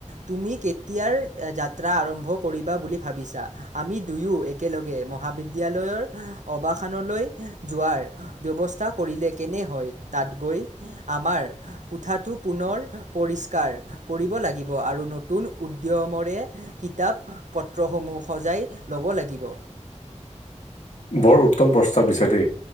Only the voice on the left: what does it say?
বৰ উত্তম প্ৰস্তাৱ দিছে দেই,